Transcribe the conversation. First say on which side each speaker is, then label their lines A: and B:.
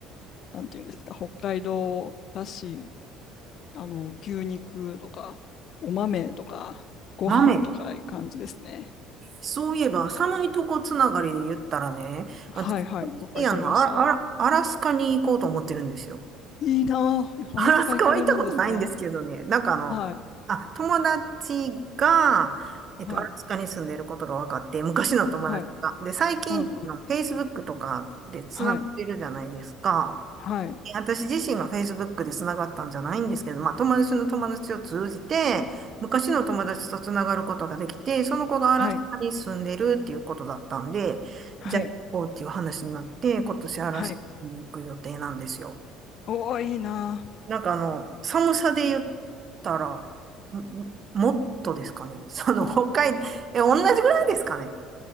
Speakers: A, on the left; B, on the right.
A: なんていうんですか、北海道らしい、あの、牛肉とか、お豆とか、ご飯とかいう感じですね。
B: 豆。そういえば、寒いとこつながりで言ったらね、
A: はいはい、
B: 私、
A: どっか行かれました
B: あの、あら、あらアラスカに行こうと思ってるんですよ。
A: いいなあ。
B: <laughs>
A: アラスカ行かれるんですか
B: アラスカは行ったことないんですけどね、なんかあの、
A: はい。
B: あ、友達が、
A: はい。
B: えっと、アラスカに住んでることが分かって、昔の友達が。
A: はい。
B: で、最近、
A: うんうん。
B: あの Facebook とかでつながってるじゃないですか。
A: はい。はい。
B: 私自身が Facebook で繋がったんじゃないんですけど、まあ友達の友達を通じて、昔の友達と繋がることができて、その子がアラスカに住んでるっていうことだったんで、
A: はい。はい。
B: じゃあ行こうっていう話になって、今年アラスカに行く予定なんですよ。
A: はい。おお、いいなあ。
B: なんかあの、寒さで言ったら、んんもっとですかね。その北海、え、同じぐらいですかね。